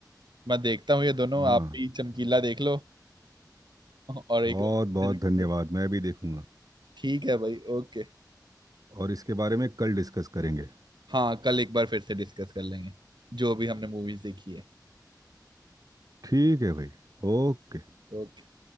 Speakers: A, on the right; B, on the right.
A: मैं देखता हूँ ये दोनों
B: हाँ
A: आप भी चमकीला देख लो और एक
B: बहुत
A: और
B: बहुत धन्यवाद मैं भी देखूंगा
A: ठीक है भाई ओके
B: और इसके बारे में कल डिस्कस करेंगे
A: हाँ कल एक बार फिर से डिस्कस कर लेंगे जो भी हमने मूवीज देखी है
B: ठीक है भाई ओके
A: ओके